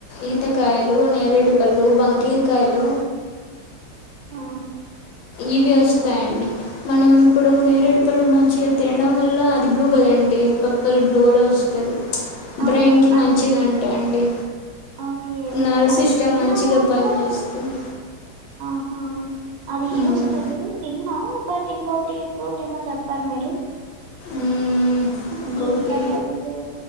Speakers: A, on the left; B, on the right.
A: ఈత కాయలు, నేరేడు పళ్ళు, బంకీర కాయలు.
B: ఆ
A: ఇవి వస్తాయిండి. మనం ఇప్పుడు నేరేడు పళ్ళు మంచిగా తినడం వల్ల అది బ్లూ కదండి గ్రీన్ పర్ప్పల్ బ్లూలో వస్తాది
B: అవును
A: బ్రెయిన్కి మంచిదంటండి
B: అది
A: అండి
B: ఓకే
A: నర్వ్
B: అది
A: సిస్టమ్
B: తిన్నా
A: మంచిగా
B: నునా
A: పనిచేస్తుంది
B: ఆహా! అది యూస్
A: మ్మ్.
B: తెలిదు తిన్నా. బట్ ఇంకోటి ఫ్రూట్ ఏమో చెప్పారు మీరు.
A: మ్మ్. ఇంకొకటి
B: ఈతపళ్ళు